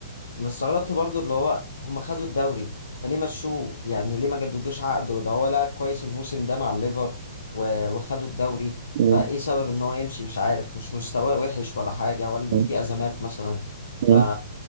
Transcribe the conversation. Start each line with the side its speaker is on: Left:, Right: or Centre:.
Left: انا استغربت برضو اللي هو هم خدوا الدوري فليه مشوه يعني ليه ما جددوش عقده ده هو لاعب كويس الموسم ده مع الليفر و- وخدوا الدوري
Right: م-
Left: فايه سبب ان هو يمشي مش عارف مش مستواه وحش ولا حاجه ولا ان
Right: م-
Left: في ازمات مثلا ف
Right: م-